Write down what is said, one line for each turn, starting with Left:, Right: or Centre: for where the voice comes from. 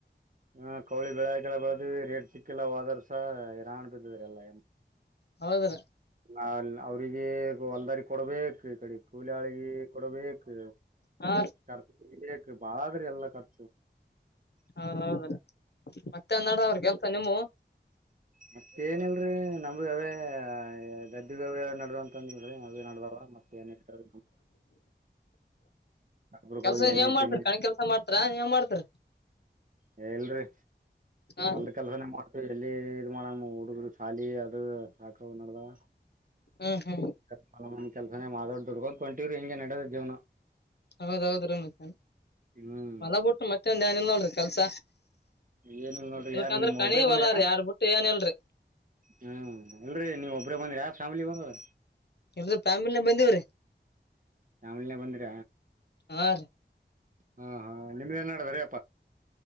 Right: ಹಾ ಕೌಳಿ ಬೆಳೆಕಲ್ಲ ಬಳದ್ವಿ ರೇಟ್ ಸಿಕ್ಕಿಲ್ಲ ಹೋದರ್ಸ. <unintelligible>
Left: ಹೌದ್ರೀ
Right: ನ ಅಲ್ ಅವ್ರಿಗೆ ಹೊಲ್ದಾರಿ ಕೊಡ್ಬೇಕು. ಈ ಕಡೆ ಕೂಲಿ ಆಳಿಗು ಕೊಡಬೇಕು
Left: ಹಾ
Right: <unintelligible> ಬಾಳ ಅದ ರಿ ಎಲ್ಲ ಕರ್
Left: ಹೌದ್ ಹೌದ್ರಿ ಮತ್ತೆನ್ ನಡದವ ಕೆಲ್ಸ ನಿಮ್ಮವು.
Right: ಮತ್ತ ಏನಲ್ರರಿ ನಮ್ಮೂವು ಅವೇ ಗದಿವ್ ಅವೇ ನಡದವ್ <unintelligible> ನಡದಾದ ಮತ್ತೆ ಏನಿಲ್ರಿ ಅಪಗೋಗಿ
Left: ಕೆಲ್ಸ
Right: ಎಣ್ಣೆ
Left: ಏನ್ ಮಾಡ್ತೀರಿ
Right: ಪಣಿ.
Left: ಕಣ್ ಕೆಲ್ಸ ಮಾಡ್ತಾರ ಏನ್ ಮಾಡ್ತೀರಿ
Right: ಹೇ ಇಲ್ರಿ.
Left: ಹಾ
Right: ಒಲ್ದ ಕೆಲ್ಸನೇ ಮಾಡ್ ಎಲ್ಲಿ ಇದ ಮಾಡಮ್ಮ ಹುಡುಗುರ್ ಶಾಲಿ ಅದು ಹಾಕವ್ ನಡ್ದಾವ.
Left: ಹ್ಮ್ ಹ್ಮ್
Right: <unintelligible> ಕೆಲ್ಸನೇ ಮಾ ದೊಡ್ ದುಡ್ಕೊಂತಂಟಿವ್ರಿ ಹೆಂಗೇ ನಡದ ಜೀವನ.
Left: ಹೌದೌದ್ರಿ ಮತ್
Right: ಹ್ಮ್
Left: ಹೊಲ ಬಿಟ್ಟು ಮತ್ತೆಂದ ಏನ್ ಇಲ್ಲ್ ನೋಡ್ರಿ ಕೆಲ್ಸ.
Right: ಏನಿಲ್ಲ ನೋಡ್ರಿ
Left: ಇಲ್ಕಂದ್ರ
Right: ಯಾರ ನಿಮ್ಮ್
Left: ಕಣಿ
Right: ಒಬ್ರೇ ಬಂದ್ರಿ
Left: ಹೊಲ
Right: ಯ
Left: ರೀ ಯಾರ್ ಬಿಟ್ಟು ಏನಿಲ್ರಿ ಇಲ್ರಿ
Right: ಹ್ಮ ಇಲ್ರರಿ ನೀವ್ ಒಬ್ರೇ ಬಂದ್ರಿ ಯ ಫ್ಯಾಮಿಲಿ ಬಂದರ.
Left: ಇಲ್ರಿ ಫ್ಯಾಮಿಲಿನ ಬಂದಿವ್ರಿ.
Right: ಫ್ಯಾಮಿಲಿ ನೇ ಬಂದ್ರ
Left: ಹಾ ರಿ
Right: ಹಾ ಹಾ ನಿಮ್ದ ಏನ್ ನಾಡದದ್ರಿ